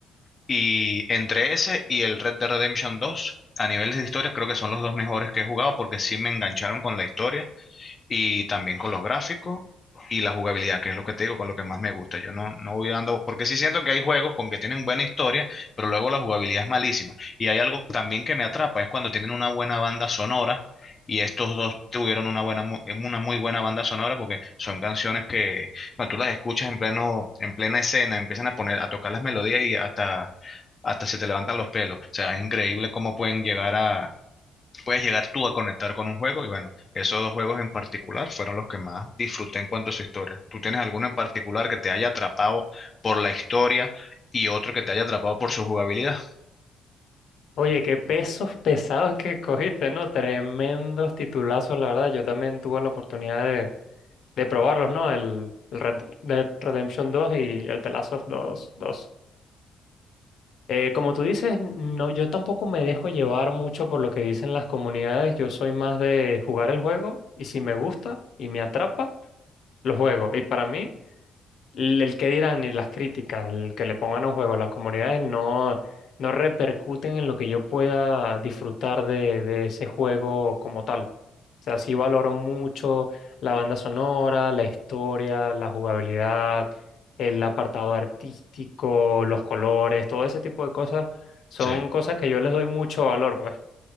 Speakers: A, on the left; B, on the left.
A: Y entre ese y el Red Dead Redemption dos a nivel de historia, creo que son los dos mejores que he jugado porque sí me engancharon con la historia y también con los gráficos y la jugabilidad, que es lo que te digo, con lo que más me gusta. Yo no, no voy dando, porque sí siento que hay juegos con que tienen buena historia, pero luego la jugabilidad es malísima. Y hay algo también que me atrapa, es cuando tienen una buena banda sonora. Y estos dos tuvieron una buena, mu- eh, una muy buena banda sonora porque son canciones que cuando tú las escuchas en pleno, en plena escena, empiezan a poner, a tocar las melodías y hasta, hasta se te levantan los pelos. O sea, es increíble cómo pueden llegar a, puedes llegar tú a conectar con un juego y bueno, esos dos juegos en particular fueron los que más disfruté en cuanto a su historia. ¿Tú tienes alguno en particular que te haya atrapado por la historia y otro que te haya atrapado por su jugabilidad?
B: Oye, qué pesos pesados que cogiste, ¿no? Tremendos titulazos, la verdad. Yo también tuve la oportunidad de, de probarlos, ¿no? El, el Red Dead Redemption dos y el The Last of Us 2. Eh, como tú dices, no, yo tampoco me dejo llevar mucho por lo que dicen las comunidades. Yo soy más de jugar el juego y si me gusta y me atrapa, lo juego. Y para mí... l- el que dirán ni las críticas, el que le pongan a juego, las comunidades no, no repercuten en lo que yo pueda disfrutar de, de ese juego como tal. O sea, sí valoro mucho la banda sonora, la historia, la jugabilidad, el apartado artístico, los colores, todo ese tipo de cosas son
A: Sí.
B: cosas que yo les doy mucho valor, pues.